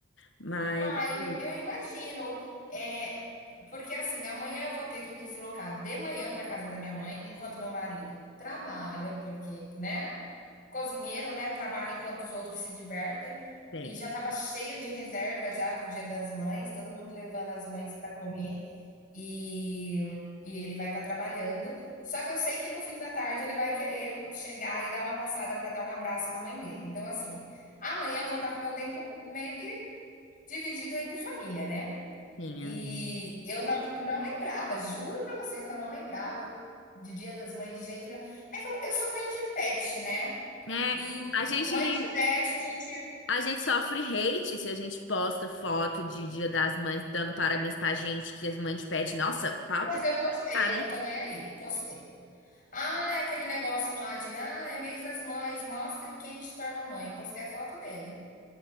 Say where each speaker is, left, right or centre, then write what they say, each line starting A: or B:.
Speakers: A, on the left (about 70°); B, on the left (about 40°).
A: Mas.
B: Ah, eu,
A: Sim,
B: im- eu imagino. É, porque assim, amanhã eu vou ter que me deslocar de manhã para casa da minha mãe, enquanto meu marido trabalha, porque, né? Cozinheiro, né? Trabalha enquanto os outros se divertem.
A: tem.
B: E já estava cheio de reserva já para o Dia das Mães, todo mundo levando as mães para comer. E, e ele vai estar trabalhando. Só que eu sei que no fim da tarde ele vai querer chegar e dar uma passada para dar um abraço na mãe dele. Então, assim, amanhã eu vou estar com o meu tempo meio que Dividido entre família, né.
A: Sim,
B: E
A: amiga.
B: eu não não lembrava, juro pra você que eu não lembrava de Dia das Mães de jeito nenhum. É que eu eu sou mãe de pet, né,
A: É,
B: e
A: a gente.
B: mãe de pet a gente
A: A gente sofre hate se a gente posta foto de Dia das Mães dando parabéns pra gente, que as mães pedem. Nossa, pauta
B: pois
A: pra
B: eu postei,
A: cá, né?
B: eu não tô nem aí, postei. Ah, é aquele negócio lá de: "Ah, é mês das mães, mostre quem te tornou mãe", postei a foto dele,